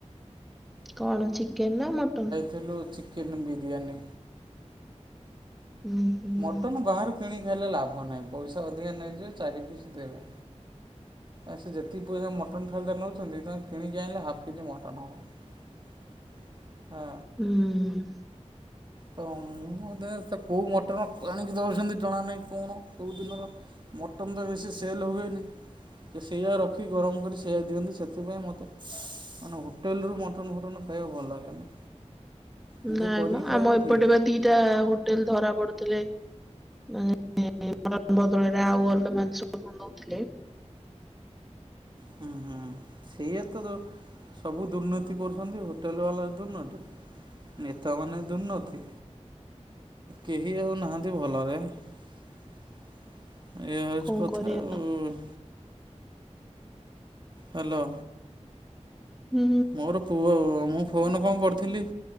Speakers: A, in the centre; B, on the right.
A: କଣ ଚିକେନ୍ ନା ମଟନ୍?
B: ଥିଲୁ ଚିକେନ ବିରିୟାନୀ।
A: ହୁଁ। ହୁଁ।
B: ମଟନ୍ ବାହାରୁ କିଣି ଖାଇଲେ ଲାଭ ନାହିଁ ପଇସା ଅଧିକା ନେଇଯିବେ ଚାରି ପିସ୍ ଦେବେ। ଆ ସେ ଯେତିକି ପଇସା ମଟନ୍ ଥାଳିଟା ନଉଚନ୍ତି ତମେ କିଣିକି ଆଣିଲେ ହାଫ୍ କେଜି ମଟନ୍ ହବ। ହଁ।
A: ହୁଁ।
B: ତ ମୁଁ ବୋଧେ ସେକୋଉ ମଟ ମଟନ୍ ଆଣିକି ଦେଉଚନ୍ତି ଜଣା ନାହିଁ କଣ କୋଉ ଦିନର ମଟନ୍ ତ ବେଶୀ ସେଲ୍ ହୁଏନି। ସେ ସେଇୟା ରଖି ଗରମ କରି ସେଇୟା ଦିଅନ୍ତି ସେଥିପାଇଁ ମୋତେ ମାନେ ହୋ ହୋଟେଲରୁ ମଟନ୍ ଫଟନ୍ ଖାଇବାକୁ ଭଲ ଲାଗେନି। ନିଜେ
A: ନାଇମ
B: କରିକି ଖାଇବ
A: ଆମ ଏପଟେବା
B: ଠିକ୍
A: ଦିଟା ହୋଟେଲ୍ ଧରା ପଡ଼ିଥିଲେ ମାନେ ମଟନ୍ ବଦଳରେ ଆଉ ଅଲଗା ମାଂସ କଣ ଦଉଥିଲେ
B: ହୁଁ ହୁଁ ସେଇଆତ ସବୁ ଦୁର୍ନୀତି କରୁଚନ୍ତି ହୋଟେଲ୍ ବାଲା ଦୁର୍ନୀତି ନେତାମାନେ ଦୁର୍ନୀତି କେହି ଆଉ ନାହାନ୍ତି ଭଲରେ ଏଇଆ ହଉଚି
A: କଣ
B: କଥା।
A: କରିବା
B: ହୁଁ। ହାଲୋ।
A: ହୁଁ
B: ମୋର ପୁଅ ମୁଁ ଫୋନ୍ କଣ କରିଥିଲି